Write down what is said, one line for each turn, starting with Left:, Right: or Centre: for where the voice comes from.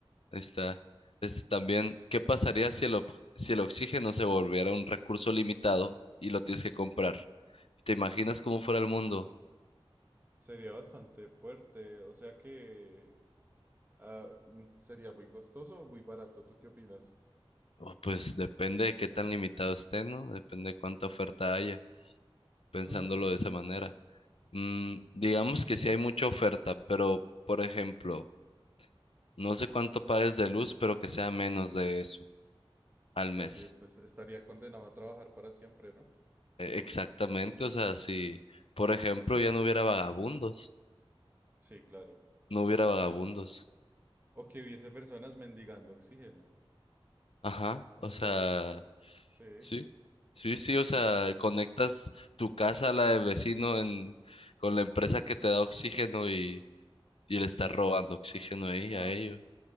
Left: Ahí está. Este también, ¿qué pasaría si el, ob- si el oxígeno se volviera un recurso limitado y lo tienes que comprar? ¿Te imaginas cómo fuera el mundo?
Right: sería bastante fuerte. O sea que ah, mm, sería muy costoso o muy barato. ¿Tú qué opinas?
Left: Oh, Pues depende de qué tan limitado esté, ¿no? Depende de cuánta oferta haya. pensándolo
Right: Hmm.
Left: de esa manera. Mm, digamos que sí hay mucha oferta, pero por ejemplo, no sé cuánto pagues de luz, pero que sea menos de eso al mes.
Right: Oye, pues estaría condenado a trabajar para siempre, ¿no?
Left: E- Exactamente,
Right: Porque,
Left: o sea, si por ejemplo ya no hubiera vagabundos,
Right: sí, claro.
Left: no hubiera vagabundos.
Right: O que hubiese personas mendigando oxígeno.
Left: Ajá, o sea,
Right: Como, sí.
Left: sí, sí, sí, o sea, conectas tu casa a la del vecino en, con la empresa que te da oxígeno y, y le estás robando oxígeno ahí
Right: Ah,
Left: a ellos.